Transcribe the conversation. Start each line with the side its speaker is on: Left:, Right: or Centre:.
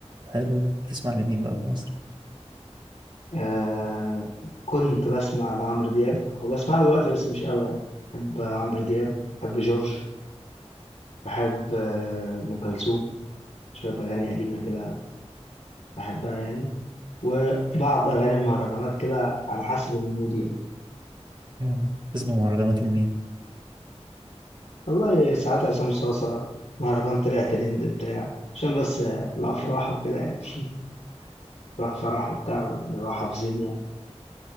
Right: حلو ده بتسمع لمين بقى في مصر؟
Left: آه كنت بسمع لعمرو دياب هو بسمعه دلوقتي بس مش قوي يعني بحب عمرو دياب بحب جورج بحب آه، ام كلثوم شويه اغاني قديمه كده بحبها يعني وبعض اغاني المهرجانات كده على حسب المود يعني
Right: يعني بتسمع مهرجانات لمين؟
Left: والله ساعات عصام صاصة مهرجان طلع ترند بتاع عشان بس الأفراح وكده يعني <laughs> راح فرح وبتاع نبقى حافظين يعني